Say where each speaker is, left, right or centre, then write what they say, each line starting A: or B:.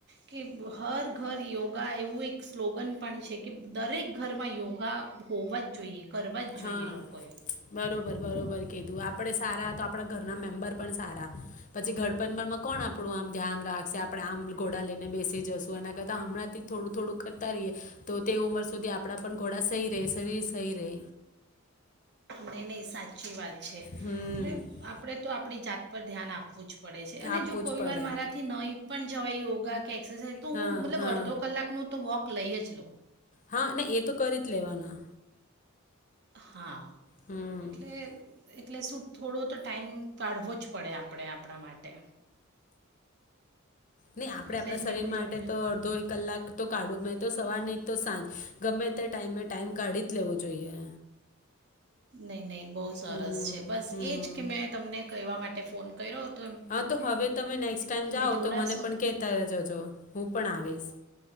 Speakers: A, on the right; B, on the left.
A: કે હર ઘર યોગા એવું એક સ્લોગન પણ છે કે દરેક ઘરમાં યોગા હોવા જ જોઈએ. કરવા જ
B: હા
A: જોઈએ લોકોએ.
B: બરોબર બરોબર કીધું આપડે સારા તો આપણા ઘરના મેમ્બર પણ સારા, પછી ઘડપણમાં કોણ આપણું આમ ધ્યાન રાખશે આપણે આમ ઘોડા લઈને બેસી જશું એના કરતા હમણાં થી થોડું થોડું કરતા રહીએ, તો તે ઉંમર સુધી આપડા પણ ઘોડા સહી રહે શરીર સહી રહે.
A: નઇ નઇ સાચી વાત. છે,
B: હમ
A: એટલે આપણેે તો આપ આપણી જાત પર ધ્યાન આપવું જ પડે. પડે છે અને
B: આપવું
A: જો કોઈ
B: જ પડે
A: વાર મારાથી નય પણ જો યોગા એક્સરસાઇઝ તો
B: હા
A: હું મતલબ
B: હા
A: અડધો કલાક નો તો વોક લઈય જ લોવ.
B: હા એ તો કરી જ લેવાના.
A: હા.
B: હમ
A: એટલે એટલે શું થોડો તો ટાઈમ કાઢવો જ પડે આ. આપણે આપણા માટે.
B: નઇ આપડે
A: એટલે
B: આપણા
A: જ
B: શરીર
A: મેં કહું
B: માટે
A: તમને
B: તો અડધો એક કલાક તો કાઢવું નઇ તો સવારની તો સાંજ, ગમે તે ટાઈમે ટાઈમ કાઢી જ લેવો જોઈએ.
A: નહી નહી બહુ સરસ
B: હમ
A: છે બસ
B: હમ
A: એજ કે મેં તમને કહેવા માટે કે ફોન કરો હતો.
B: હા તો હવે તમે નેક્સ્ટ ટાઈમ જાઓ
A: જોડાશો
B: તો મને પણ કેતા જજો. હું પણ આવીશ